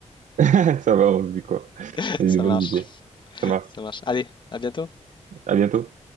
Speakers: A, on the right; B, on the left.
A: <laughs> Ça va, on se dit quoi?
B: <laughs>
A: J'ai
B: Ça
A: des bonnes
B: marche,
A: idées. Ça marche.
B: ça marche. Allez, à bientôt.
A: À bientôt.